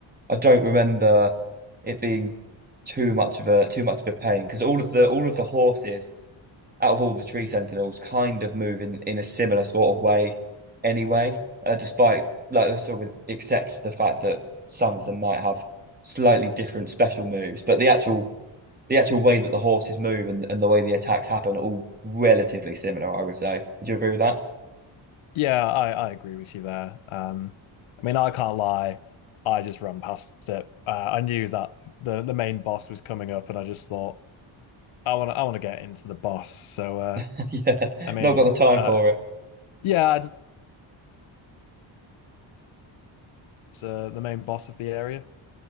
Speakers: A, on the right; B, on the left.
A: I don't remember it being too much of a too much of a pain because all of the all of the horses out of all the tree sentinels kind of move in, in a similar sort of way anyway, uh, despite like sort of except the fact that some of them might have slightly different special moves, but the actual the actual way that the horses move and, and the way the attacks happen are all relatively similar, I would say. Would you agree with that?
B: yeah I I agree with you there um I mean I can't lie I just ran past it uh, I knew that the the main boss was coming up and I just thought I want to I want to get into the boss so uh
A: <laughs> Yeah,
B: I mean,
A: not got the time
B: uh,
A: for it.
B: yeah, it's uh, the main boss of the area.